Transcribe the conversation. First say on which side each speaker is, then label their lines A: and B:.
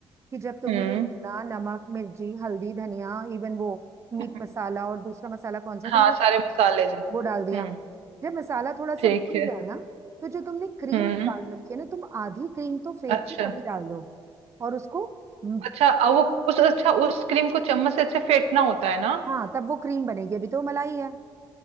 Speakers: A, on the right (about 30°); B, on the right (about 80°).
A: कि जब तुमने
B: हम्म
A: ये भुना नमक मिर्ची हल्दी धनिया इवन वो मीट
B: हम्म,
A: मसाला और दूसरा मसाला कौन सा है?
B: हाँ
A: तुम्हारे
B: सारे मसाले जो
A: वो डाल दिया
B: हम्म
A: जब मसाला थोड़ा सा
B: ठीक
A: भून
B: है
A: गया ना तो जो तुमने क्रीम
B: हम्म
A: निकाल रखी है ना तुम आधी क्रीम तो फेट
B: अच्छा
A: के तभी डाल दो और उसको हम्म,
B: अच्छा अब वो उस अच्छा उस क्रीम को चम्मच से अच्छे फेंटना होता है ना
A: हाँ तब वो क्रीम बनेगी अभी तो मलाई है